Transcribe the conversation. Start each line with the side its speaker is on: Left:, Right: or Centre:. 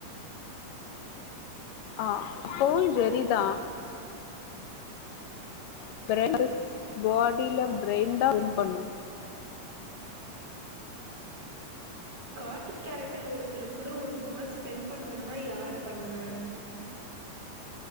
Left: ஆ அப்போவு ஜெரிதா அப்ற <unintelligible> பாடில டிரையின்தா வின் பண்ணு
Right: கார்ட்டுன் கேரக்டர் ஒருத்தரு கூட ஒரு நாள் ஸ்பெண்ட் பண்ணனுன்னா யார பண்ணுவ